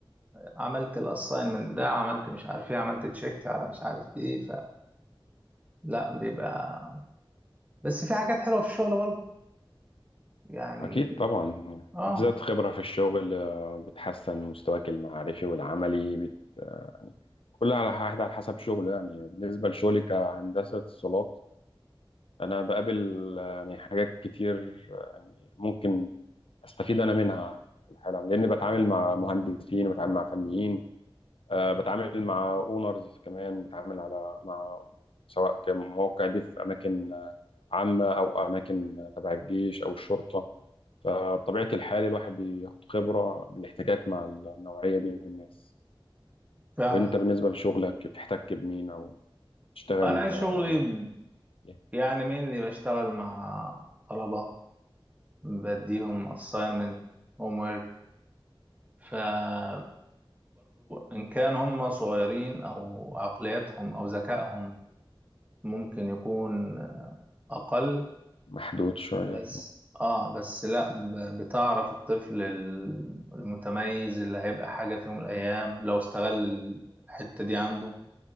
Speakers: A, on the right; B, on the left.
A: عملت الاساين من ده عملت مش عارف ايه عملت تشيك على مش عارف ايه فلا بيبقى بس في حاجات حلوه في الشغل يعني
B: اكيد طبعا
A: اه
B: بتزيد خبرة في الشغل آه، بتحسن مستواك المعرفي والعملي بت... يعني كل على واحد على حسب شغله يعني بالنسبة لشغلي كهندسة اتصالات انا بقابل آه، يعني حاجات كتير آه، يعني ممكن استفيد انا منها في الحاله لاني بتعامل مع مهندسين وبتعامل مع فنيين آه، بتعامل مع اونرز كمان بتعامل على مع سواء كمواقع دي في اماكن آه، عامه او اماكن آه، تبع الجيش او الشرطه فبطبيعه الحال الواحد بياخد خبره بالاحتكاك مع النوعيه دي من الناس
A: فعلا
B: وانت بالنسبه لشغلك بتحتك بمين او تشتغل
A: انا شغلي
B: آه، يعني
A: ب-
B: إيه؟
A: يعني مني بشتغل مع طلبة بديهم assignment homework فبرضو ان كان هم صغيرين او عقلياتهم او ذكائهم ممكن يكون اقل
B: محدود شويه
A: بس اه بس لا ب- بتعرف الطفل ال- المتميز اللي هيبقى حاجة في يوم من الايام لو استغل الحتة دي عنده